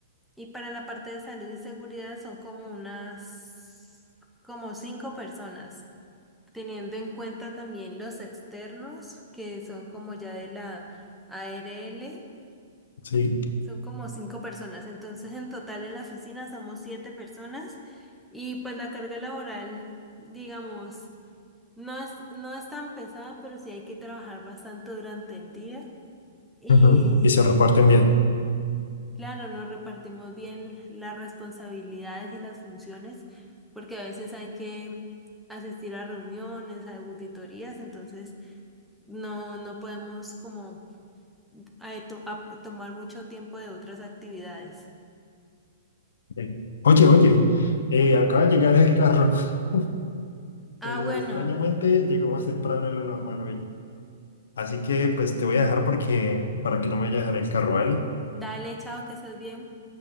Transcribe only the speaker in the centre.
y para la parte de salud y seguridad son como unas, como cinco personas. teniendo en cuenta también los externos, que son como ya de la ARL,
son como cinco personas. Entonces, en total en la oficina somos siete personas y pues la carga laboral, digamos, no es, no es tan pesada, pero sí hay que trabajar bastante durante el día. Y
claro, nos repartimos bien las responsabilidades y las funciones, porque a veces hay que asistir a reuniones, a auditorías, entonces... No, no podemos como eh, to- a- tomar mucho tiempo de otras actividades.
Ah,
bueno,
dale, chao, que estés bien.